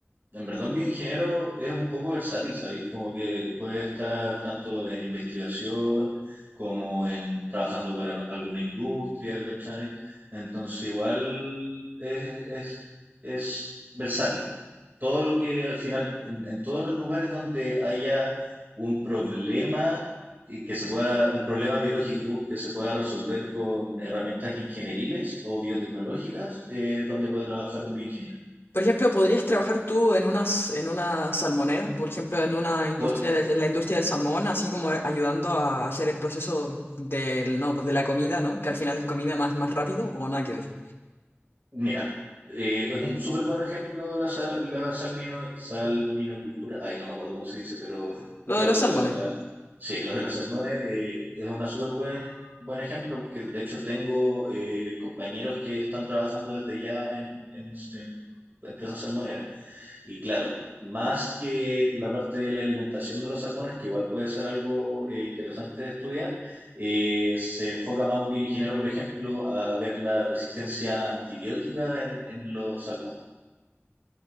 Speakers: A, on the right; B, on the left.
A: En verdad, un bioingeniero es un poco versátil, ¿sabes? Como que puede estar tanto en investigación como en trabajando para alguna industria, ¿cachai? Entonces, igual es, es, es versátil. Todo lo que al final, en, en todos los lugares donde haya un problema y que se pueda, un problema biológico que se pueda resolver con herramientas ingenieriles o biotecnológicas, eh, es donde puede trabajar un bioingeniero.
B: Por ejemplo, ¿podrías trabajar tú en unas, en una salmonera? Por ejemplo, en una industria
A: Por,
B: del- en la industria del salmón, así como ayudando a hacer el proceso del, no, pues de la comida, ¿no? Que al final es comida más, más rápido o nada que ver.
A: Mira, eh, es un súper buen ejemplo la, sa- la salmino, salminocultura. Ay, no me acuerdo cómo se dice, pero <laughs>
B: Lo
A: claro,
B: de los salmones.
A: la, la- sí, lo de los salmones eh, es un súper buen, buen ejemplo porque de hecho tengo eh, compañeros que están trabajando desde ya en, en- en empresas salmoneras. Y claro, más que la parte de la alimentación de los salmones, que igual puede ser algo eh, interesante de estudiar, eh, se enfoca más un bioingeniero, por ejemplo, a ver la resistencia antibiótica en, en los salmones.